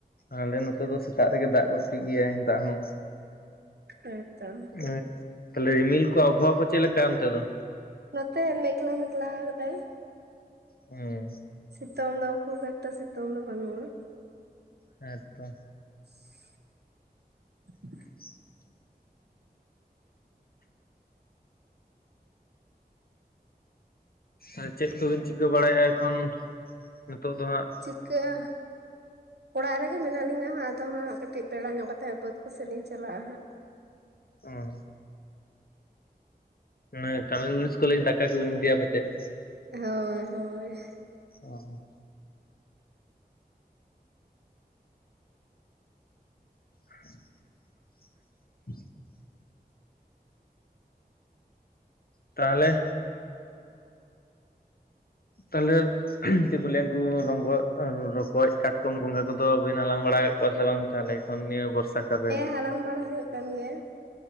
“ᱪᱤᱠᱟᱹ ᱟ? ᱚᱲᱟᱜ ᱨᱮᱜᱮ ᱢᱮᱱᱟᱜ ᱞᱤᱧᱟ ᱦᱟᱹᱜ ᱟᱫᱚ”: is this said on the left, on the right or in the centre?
Right